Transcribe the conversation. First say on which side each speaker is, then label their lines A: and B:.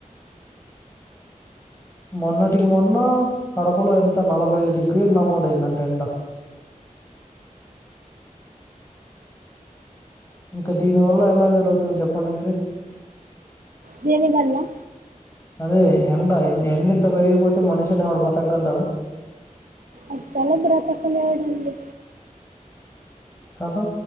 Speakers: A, on the left (about 20°); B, on the right (about 70°).
A: మొన్నటికి మొన్న కడపలో ఎంత నలభై ఐదు డిగ్రీలు నమోదయిందంట ఎండ <inaudible> ఇంకా దీని వల్ల ఎలా జరుగుతుంది జెప్పండి మీరే
B: దేని వల్ల
A: అదే ఎండ ఎండ ఇంత పెరిగిపోతే మనిషనే వాడు బతగలుగుతాడా
B: అస్సలు బ్రతకలేడండి
A: కదా